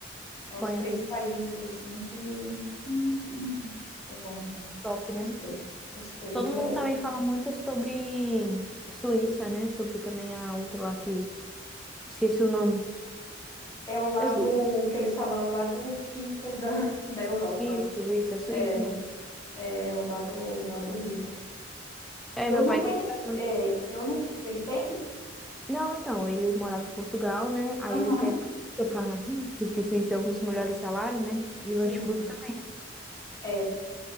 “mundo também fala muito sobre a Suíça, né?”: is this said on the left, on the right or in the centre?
Centre